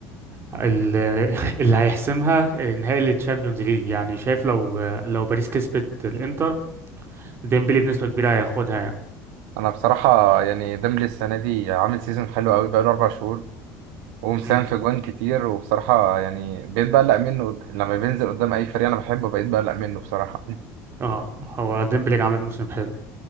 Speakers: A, on the right; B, on the right.
A: ال <laughs> اللي هيحسمها نهائي التشامبيونز ليج يعني شايف لو لو باريس كسبت الانتر ديمبلي بنسبه كبيره هياخدها يعني
B: انا بصراحة يعني ديمبلي السنة دي عامل سيزون حلو قوي بقاله اربع شهور ومساهم
A: أمم،
B: في جوان كتير وبصراحة يعني بقيت بقلق منه قد- لما بينزل قدام اي فريق انا بحبه بقيت بقلق منه بصراحة <laughs>
A: اه هو ديمبلي عامل موسم حلو